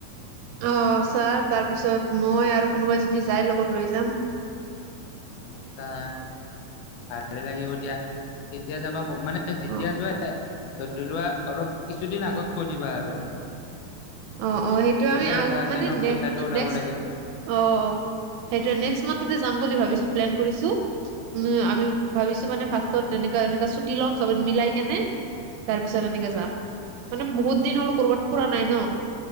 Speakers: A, on the right; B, on the left.
A: অ ছাৰ তাৰপিছত মই আৰু কোনোবাই যদি যাই লগত লৈ যাম
B: আচ্ছা ভালে লাগিব দিয়া যেতিয়া যাবা কবা মানে যেতিয়া
A: অ
B: যোৱা ধৰি লোৱা অলপ কিছুদিন আগত কৈ দিবা আৰু
A: অ অ সেইটো
B: পইচা
A: আমি
B: কথা
A: অ
B: আছে
A: মানে
B: ন পইচাটো
A: নেক্
B: ওলাব
A: নেস্ক
B: লাগিব।
A: অ সেইটোয়ে নেক্সট মান্থতে যাম বুলি ভাবিছো প্লেন কৰিছো উম আমি ভাবিছো মানে ফাষ্টত এনেকা এনেকামানে চুটি লম চবে মিলাই কেনে তাৰ পিছত এনেকে যাম মানে বহুত দিন হ'ল কৰ'বাত ফুৰা নাই ন